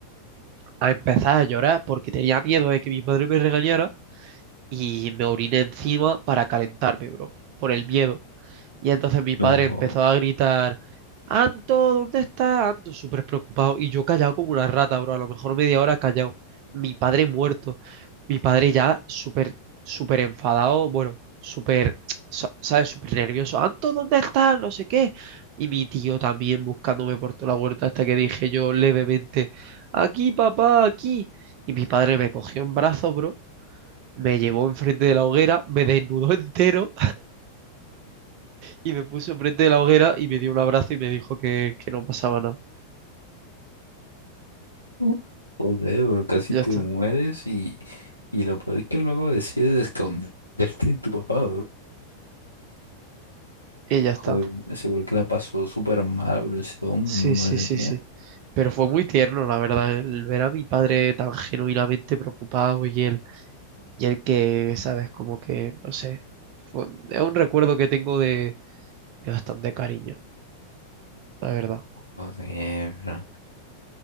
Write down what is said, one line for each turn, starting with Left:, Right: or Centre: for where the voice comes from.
Right: a empezar a llorar porque tenía miedo de que mi padre me regañara y me oriné encima para calentarme, bro, por el miedo. Y entonces mi padre
Left: No,
Right: empezó a gritar, Anto, ¿dónde estás? Anto, súper preocupado. Y yo callado como una rata, bro, a lo mejor media hora callado. Mi padre muerto. Mi padre ya súper, súper enfadado, bueno, súper, sa- ¿sabes? Súper nervioso. Anto, ¿dónde estás? No sé qué. Y mi tío también buscándome por toda la huerta hasta que dije yo levemente, aquí, papá, aquí. Y mi padre me cogió en brazos, bro, me llevó enfrente de la hoguera, me desnudó <laughs> entero y me puso enfrente de la hoguera y me dio un abrazo y me dijo que, que no pasaba nada.
Left: Mm. joder, bro, casi
Right: Ya
Left: te
Right: está.
Left: mueres y, y lo peor es que luego decides esconderte en tu papá,
Right: Y ya
Left: Joder,
Right: está.
Left: seguro que la pasó súper mal, bro, ese hombre,
Right: Sí,
Left: madre
Right: sí, sí,
Left: mía.
Right: sí. Pero fue muy tierno, la verdad, el ver a mi padre tan genuinamente preocupado y él, y él que, sabes, como que, no sé, fue- es un recuerdo que tengo de, de bastante cariño, la verdad.
Left: Joder, bro.